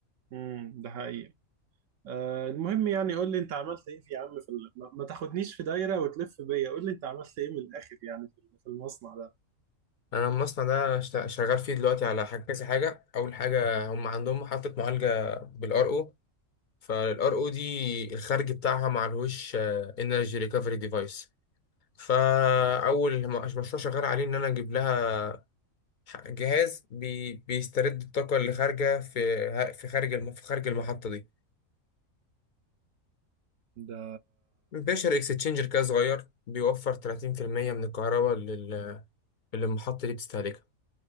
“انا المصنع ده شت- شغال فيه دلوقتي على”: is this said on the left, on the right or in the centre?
Left